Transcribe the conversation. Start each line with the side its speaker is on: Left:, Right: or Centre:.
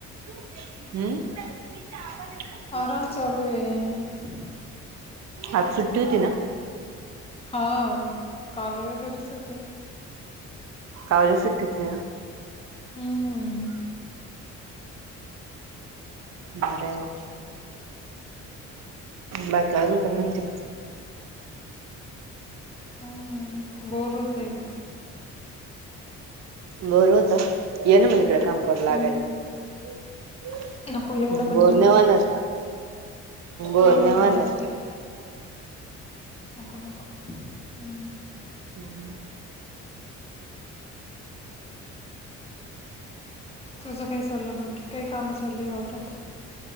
Right: हम्म.
Left: आराम चालू आहे.
Right: आज सुट्टी होती ना.
Left: हो काल मी घरीच होते.
Right: काल सुट्टी होती ना.
Left: हम्म
Right: बरं आहे मग. बाकी अजून काय म्हणते
Left: काही नाही बोर होतय का.
Right: बरं होतं ये ना मग इकडे काम करू लागायला
Left: हम्म नको एवढं पण
Right: बोरनेवानस
Left: नाही होते
Right: बोरनेवानस,
Left: एवढं पण नाही होते नको नको हम्म.
Right: हम् हम्.
Left: तुझं काय चाललं बाकी काही कामं चालय वावरात.